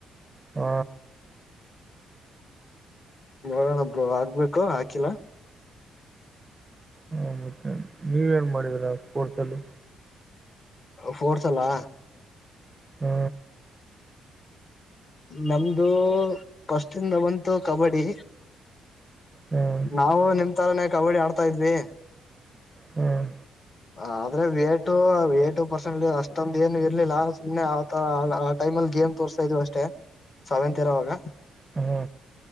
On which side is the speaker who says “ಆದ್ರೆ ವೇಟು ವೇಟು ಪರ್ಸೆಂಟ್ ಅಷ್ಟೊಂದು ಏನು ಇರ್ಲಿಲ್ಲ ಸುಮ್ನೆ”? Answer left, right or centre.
Left